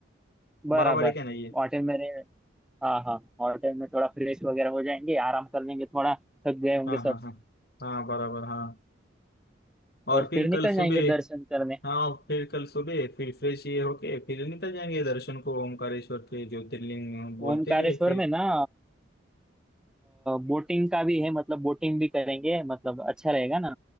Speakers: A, in the centre; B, on the left (about 55°).
A: बराबर
B: बराबर है क्या नहीं ये
A: होटल में रहे- हाँ हाँ होटल में थोड़ा फ्रेश वगैरह हो जाएंगे आराम कर लेंगे थोड़ा थक गए होंगे
B: हाँ
A: सब
B: हाँ हाँ हाँ बराबर हाँ और
A: और
B: फिर
A: फिर
B: कल
A: निकल
B: सुबह
A: जाएंगे दर्शन करने
B: हाँ फिर कल सुबह फिर फ्रेश ये होके फिर निकल जाएंगे दर्शन को ओमकारेश्वर के ज्योतिर्लिंग बोलते
A: ओमकारेश्वर
B: हैं फिर
A: में ना बोटिंग का भी है मतलब बोटिंग भी करेंगे मतलब अच्छा रहेगा ना